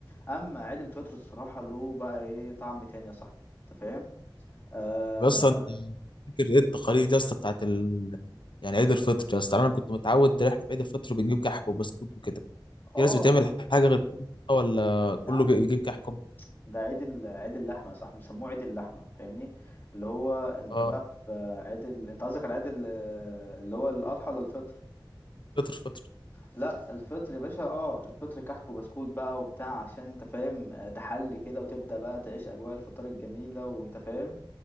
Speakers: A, on the left (about 25°); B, on the left (about 70°).
A: اما عيد الفطر الصراحة له بقى ايه طعم تاني يا صاحبي انت فاهم اه
B: بس أنا فاكر ايه التقاليد يا اسطى بتاعت ال... يعني عيد الفطر يا اسطى انا كنت متعود ان احنا في عيد الفطر بنجيب كحك وبسكوت وكده
A: آه،
B: في ناس بتعمل حاجه غير كده آه، ولا كله
A: يا عم
B: بي- بيجيب كحك وب-
A: ده عيد ال- عيد اللحمة يا صاحبي بيسموه عيد اللحمة فاهمني اللي هو انت
B: اه
A: بقى في عيد ال... انت قصدك على عيد ال- اللي هو الاضحى ولا الفطر
B: فطر فطر
A: لا الفطر يا باشا اه الفطر كحك وبسكوت بقى وبتاع عشان انت فاهم آه، تحلي كده وتبدأ بقى تعيش أجواء الفطار الجميلة وانت فاهم